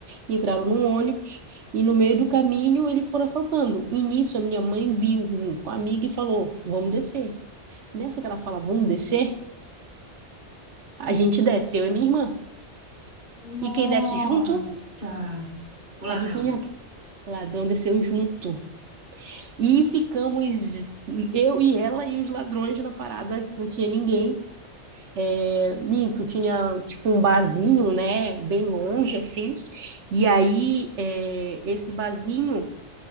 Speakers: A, on the right; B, on the right.
A: entraram num ônibus e no meio do caminho eles foram assaltando. E nisso a minha mãe viu junto com a amiga e falou: Vamos descer. Nessa que ela fala: Vamos descer, a gente desce, eu e minha irmã.
B: Nossa!
A: E quem desce junto,
B: O ladrão.
A: adivinha? quem? O Ladrão desceu junto. E ficamos eu e ela e os ladrões na parada, não tinha ninguém. É, minto, tinha tipo um barzinho, né, bem longe assim. E aí, é, esse barzinho